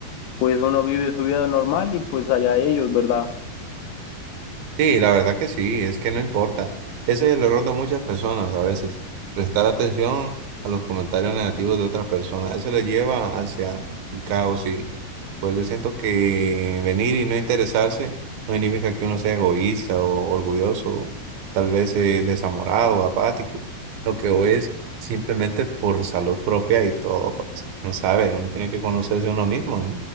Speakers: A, on the left (about 80°); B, on the right (about 75°).
A: pues uno vive su vida normal y pues allá ellos, ¿verdad?
B: Sí, la verdad que sí, es que no importa. Ese es el error de muchas personas a veces, prestar atención a los comentarios negativos de otras personas. Eso le lleva hacia el caos y pues yo siento que venir y no interesarse no significa que uno sea egoísta o orgulloso, o tal vez eh, desamorado, apático. Lo que o es simplemente por salud propia y todo, pues, no sabe, uno tiene que conocerse a uno mismo